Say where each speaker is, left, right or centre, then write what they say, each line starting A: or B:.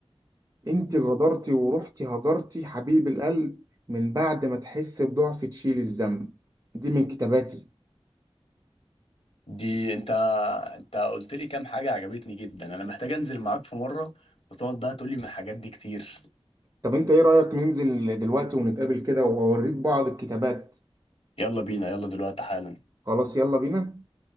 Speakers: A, on the right; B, on the left.
A: انت غدرتي ورحتي هجرتي حبيب القلب من بعد ما تحس بضعف تشيل الذنب دي من كتاباتي
B: دي انت انت قلت لي كام حاجة عجبتني جدا انا محتاج انزل معاك في مرة وتقعد بقى تقول لي من الحاجات دي كتير
A: طب انت ايه رأيك ننزل دلوقتي ونتقابل كده واوريك بعض الكتابات
B: يلا بينا يلا دلوقتي حالا
A: خلاص يلا بينا